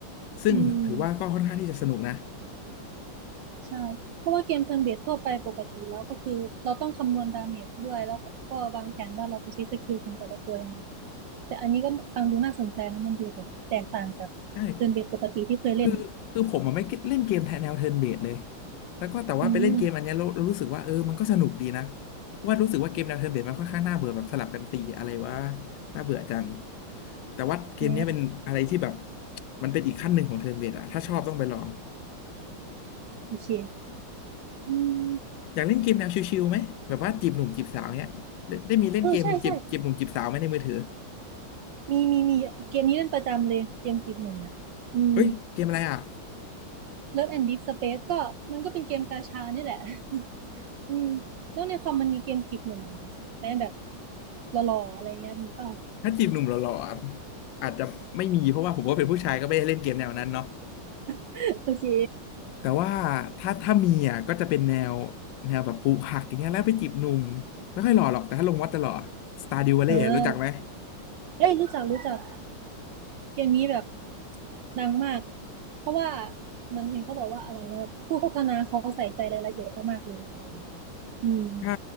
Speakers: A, on the left (about 75°); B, on the right (about 70°).
A: ซึ่งถือว่าก็ค่อนข้างที่จะสนุกนะ
B: อืมใช่เพราะว่าเกมเทิร์นเบสทั่วไปปกติแล้วก็คือเราต้องคำนวณดาเมจด้วยแล้วก็วางแผนว่าเราจะใช้สกิลของแต่ละตัวยังไงแต่อันนี้ก็ฟังดูน่าสนใจนะมันดูแบบแตกต่างจากเทิร์นเบสปกติที่เคยเล่น
A: ใช่คือคือผมอะไม่เล่นเกมแทนแนวเทิร์นเบสเลยแล้วก็แต่ว่าไปเล่นเกมอันเนี้ยเราเรารู้สึกว่าเออมันก็สนุกดีนะ
B: อืม
A: ว่ารู้สึกว่าเกมแนวเทิร์นเบสมันค่อนข้างน่าเบื่อแบบสลับกันตีอะไรวะน่าเบื่อจังแต่ว่าเกมเนี้ยเป็นอะไรที่แบบ
B: เออ
A: มันเป็นอีกขั้นหนึ่งของเทิร์นเบสอะถ้าชอบต้องไปลอง
B: โอเคอืม
A: อยากเล่นเกมแนวชิวๆไหมแบบว่าจีบหนุ่มจีบสาวเนี้ยได้ได้มีเล่นเกมจีบจีบหนุ่มจีบสาวไหมในมือถือ
B: เออใช่ใช่มีมีมีเกมนี้เล่นประจำเลยเกมจีบหนุ่มเนี่ยอืม
A: เฮ้ยเกมอะไรอ่ะ
B: เลิฟแอนด์ดิสเปซก็มันก็เป็นเกมกาชานี่แหละ <laughs> อืมแล้วในคอมมันมีเกมจีบหนุ่มแมมแบบหล่อๆอะไรเงี้ยมีเปล่า
A: ถ้าจีบหนุ่มหล่อๆอะอาจจะไม่มีเพราะว่าผมก็เป็นผู้ชายก็ไม่ได้เล่นเกมแนวนั้นเนาะ
B: <laughs> โอเค
A: แต่ว่าถ้าถ้ามีอ่ะก็จะเป็นแนวแนวแบบปลูกผักอย่างเงี้ยแล้วไปจีบหนุ่มไม่ค่อยหล่อหรอกแต่ถ้าลงวัดจะหล่อ a r d e w ดิวเล่รู้จักไหม
B: เออเอ้ยรู้จักรู้จักเกมนี้แบบดังมากเพราะว่าเหมือนเห็นเขาบอกว่าอะไรนะผู้พัฒนาเขาใส่ใจรายละเอียดมากๆเลยอะไรเงี้ยอืม
A: ใช่